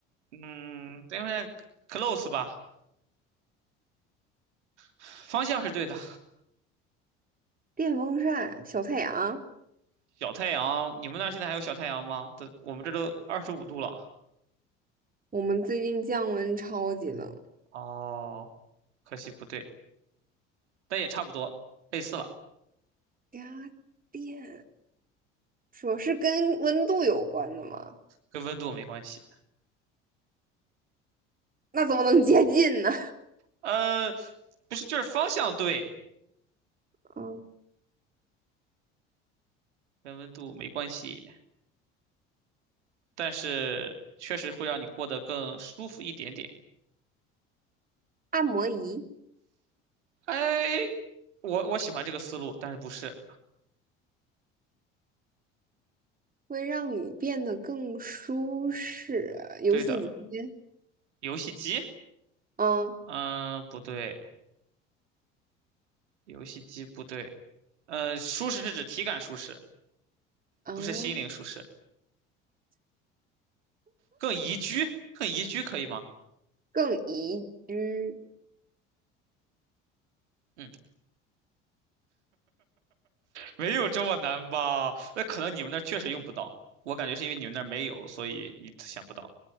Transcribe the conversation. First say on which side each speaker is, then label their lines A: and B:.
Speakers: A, on the right; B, on the right.
A: 嗯，电风扇 close 吧，方向是对的。
B: 电风扇小太阳，
A: 小太阳，你们那儿现在还有小太阳吗？这我们这都二十五度了。
B: 我们最近降温超级冷，
A: 哦，可惜不对，但也差不多，类似了，
B: 家电说是跟温度有关的吗？
A: 跟温度没关系。
B: 那怎么能接近呢？
A: 呃，不是，就是方向对，
B: <laughs> 嗯，
A: 跟温度没关系，但是确实会让你过得更舒服一点点。
B: 按摩仪
A: 哎，我我喜欢这个思路，但是不是
B: 会让你变得更舒适啊，游戏机。
A: 对的。游戏机？
B: 嗯，
A: 嗯、不对，游戏机不对。呃，舒适是指体感舒适，
B: 哦，
A: 不是心灵舒适，更宜居，更宜居可以吗？
B: 更宜居。
A: 嗯，没有这么难吧？那可能你们那儿确实用不到，我感觉是因为你们那儿没有，所以你想不到，